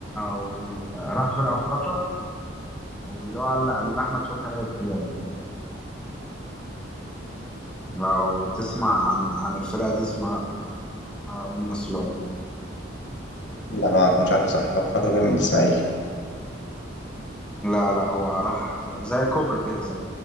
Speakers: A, in the centre; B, on the left.
A: وال... راح فرقة في قطر واللي هو اللي اللي أحمد فتحي لعب فيها دي لو تسمع عن عن الفرقة دي اسمها أم سلوت
B: لا ما كنتش عارف صح هو فاكره جاي من الاسماعيلي
A: لا لا هو راح ف- زي كوبري كده زي